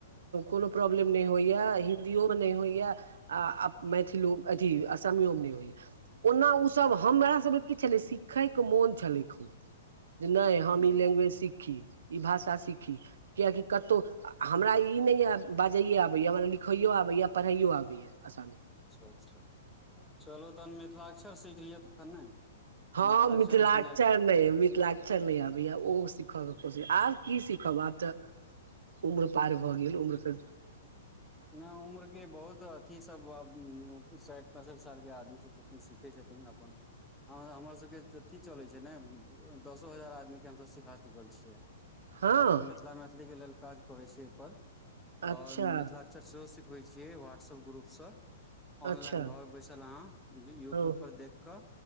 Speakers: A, on the right (about 85°); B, in the centre.
A: कोनो प्रब। नहि होइय हा हिन्दीयो मे नै नहि होइय हा आ मैथिलो अथी असामियो मे नहि होई ओना ओ सभ हमरा सभके कि छलै सिखै के मोन छलै ख जे नहि हम
B: हूँ
A: ई लैग्वेज सीखी ई भाषा सीखी कियकि कतहु हमरा ई नहि बाजैए आबैए हमरा लिखैयो आबैए पढ़ैओ आबैए। असामी।
B: अच्छा अच्छा चलू तहन मिथिला क्षर सीख लियै तखन ने
A: ह
B: मिथिलाक्षर
A: मिथिल लचार
B: लिखनाइ
A: नहि मिथिल लऽ अच्छा नहि आबैया ओ सीखयके कोशिश आब कि सीखब आब तऽ उम्र पार भऽ गेल उम्रके।
B: नहि उमर के बहुत। कि सभ साठि पैंसठि साल के आदमी सभ छथिन सिखै छथिन अपन ह हमर सभके अथी चलैत छै ने दसो हजार आदमी के हमसभ सिखा चुकल छियै
A: हँ
B: हमसभ मिथिला मैथिलीके लेलऽ काज करै छियै एहिपर तऽ
A: अच्छा
B: अक्षर सिखबे छियै व्हाटसप ग्रुप से।
A: अच्छा
B: ऑनलाइन घर बैसल अहाँ यूट्यूब
A: हँ
B: पर देख कऽ